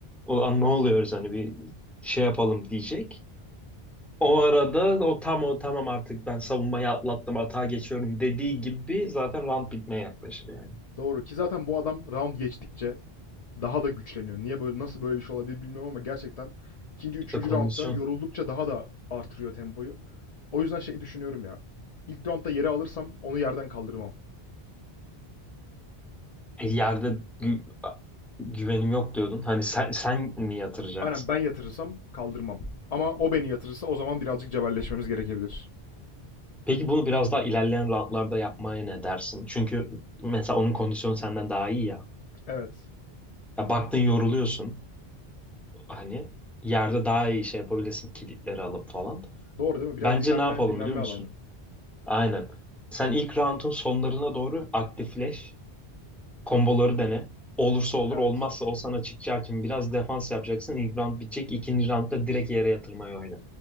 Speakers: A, in the centre; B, on the left.
A: O an ne oluyoruz hani bir şey yapalım diyecek. O arada o tam o tamam artık ben savunmayı atlattım atağa geçiyorum dediği gibi zaten round bitmeye yaklaşır yani.
B: Doğru ki zaten bu adam round geçtikçe daha da güçleniyor. Niye böyle nasıl böyle bir şey olabilir bilmiyorum ama gerçekten ikinci, üçüncü
A: İşte kondisyon.
B: roundda yoruldukça daha da artırıyor tempoyu. O yüzden şey düşünüyorum ya. İlk roundda yere alırsam onu yerden kaldırmam.
A: E, yerde gü- güvenim yok diyordun. Hani sen, sen mi yatıracaksın?
B: Aynen ben yatırırsam kaldırmam. Ama o beni yatırırsa o zaman birazcık cebelleşmemiz gerekebilir.
A: Peki bunu biraz daha ilerleyen roundlarda yapmaya ne dersin? Çünkü mesela onun kondisyonu senden daha iyi ya.
B: Evet.
A: Ya baktın yoruluyorsun. Hani yerde daha iyi şey yapabilirsin kilitleri alıp falan.
B: Doğru değil mi? Biraz
A: Bence
B: dinlenme,
A: ne yapalım
B: dinlenme
A: biliyor musun?
B: alanı.
A: Aynen. Sen ilk roundun sonlarına doğru aktifleş. Komboları dene. Olursa olur,
B: Evet.
A: olmazsa o sana çıkacağı için biraz defans yapacaksın. İlk round bitecek. ikinci roundda direkt yere yatırmayı oyna.